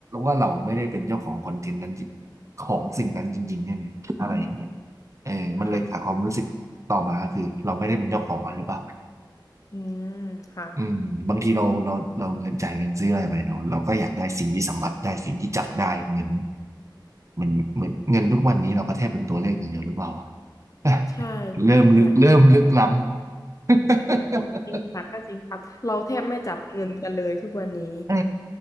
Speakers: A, on the right; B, on the left.
A: ว่าเราไม่ได้เป็นเจ้าของคอนเทนต์นั้นจริของสิ่งนั้นจริงๆใช่ไหมอะไรอย่างเงี้ยเออมันเลยขาดความรู้สึกต่อมาคือเราไม่ได้เป็นเจ้าของมันหรือเปล่า
B: ค่ะอืมค่ะ
A: อืมบางทีเราเราเราเงินจ่ายเงินซื้ออะไรไปเราเราก็อยากได้สิ่งที่สัมผัสได้สิ่งที่จับได้เหมือนเหมือนเหมือนเงินทุกวันนี้เราก็แทบเป็นตัวเลขอย่างเดียวหรือเปล่าอ่ะ <laughs>
B: ใช่จริงค่ะ
A: เริ่มลึกเริ่มลึกล้ำ <laughs>
B: จริงค่ะก็จริงค่ะเราแทบไม่จับเงินกันเลยทุกวันนี้
A: เออ